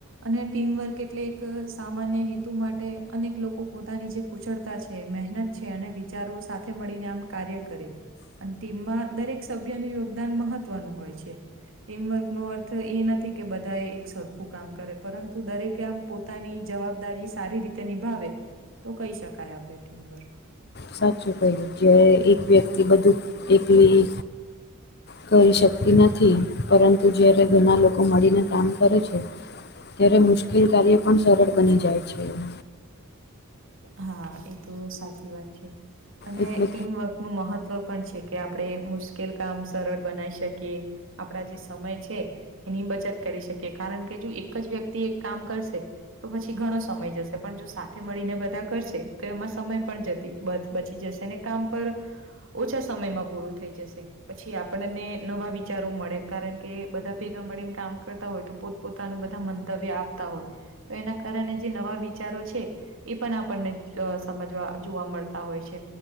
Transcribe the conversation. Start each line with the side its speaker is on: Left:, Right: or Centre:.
Right: અને ટીમવર્ક એટલે એક સામાન્ય હેતુ માટે અનેક લોકો પોતાની જે કુશળતા છે મહેનત છે અને વિચારો સાથે મળીને આમ કાર્ય કરે અન ટીમમાં દરેક સભ્યનું યોગદાન મહત્વનું હોય છે. ટીમવર્ક નો અર્થ એ નથી કે બધાએ એક સરખું કામ કરે પરંતુ દરેકે આમ પોતાની જવાબદારી સારી રી તે નિભાવે તો કહી શકાય આપડે ટીમવર્ક.
Left: સાચું કહ્યું જ એક વ્યક્તિ બધું એકલી કરી શકતી નથી પરંતુ જ્યારે ઘણા લોકો મળીને કામ કરે છે ત્યારે મુશ્કેલ કાર્ય પણ સરળ બની જાય છે એમ.
Right: હા, એ તો સાચી વાત છે. અને
Left: એટલે
Right: ટીમવક નું મહત્વ પણ છે કે આપડે મુશ્કેલ કામ સરળ બનાઈ શકીએ આપડા જે સમય છે એની બચત કરી શકીએ કારણ કે જો એક જ વ્યક્તિ એક કામ કરશે તો પછી ઘણો સમય જશે પણ જો સાથે મળીને બ ધા કરશે તો એમાં સમય પણ જતી બ-બચી જશે કામ પર ઓછા સમયમાં પૂરું થઈ જશે પછી આપણને નવા વિચારો મળે. કારણ કે બધા ભેગા મળીને કામ કરતા હોય તો પોત પોતાનું બધા મંતવ્ય આપતા હોય તો એના કારણે જે નવા વિચારો છે એ પણ આપણને અહ સમજવા જોવા મળતા હોય છે.